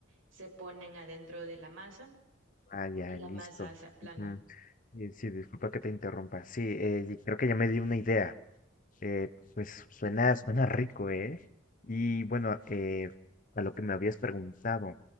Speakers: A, on the right; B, on the left.
A: se ponen adentro de la masa
B: Ah, ya,
A: y la
B: listo.
A: masa se aplana.
B: Ujú. Eh, Sí, disculpa que te interrumpa. Sí, eh, creo que ya me di una idea. Eh, pues suena, suena rico, ¿eh? Y bueno, eh, a lo que me habías preguntado,